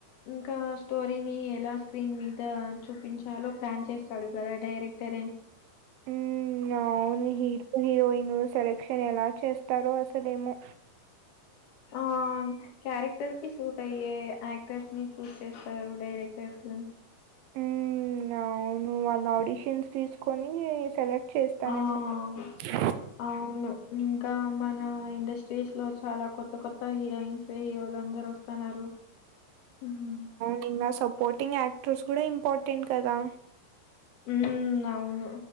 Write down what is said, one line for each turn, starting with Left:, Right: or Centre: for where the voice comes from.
Left: ఇంకా స్టోరీని ఎలా స్క్రీన్ మీద చూపించాలో ప్లాన్ చేస్తాడు కదా డైరెక్టరే
Right: ఉమ్మ్ అవును హీరో హీరోయిన్ సెలెక్షన్ ఎలా చేస్తారో అసల ఏమో
Left: ఆ క్యారెక్టర్ కి సూట్ అయ్యే యాక్టర్స్ ని చూస్ చేస్తారు డైరెక్టర్స్
Right: ఉమ్మ్ అవును వాళ్ళ ఆడిషన్స్ తీసుకొని సెలెక్ట్ చేస్తారేమో
Left: ఆ!
Right: <unintelligible>
Left: అవును ఇంకా మన ఇండస్ట్రీస్ లో చాలా కొత్త కొత్త హీరోయిన్స్ హీరోలు అందరు వస్తన్నారు <unintelligible>
Right: నింగా సపోర్టింగ్ యాక్టర్స్ కూడా ఇంపార్టెంట్ కదా
Left: ఉమ్మ్ అవును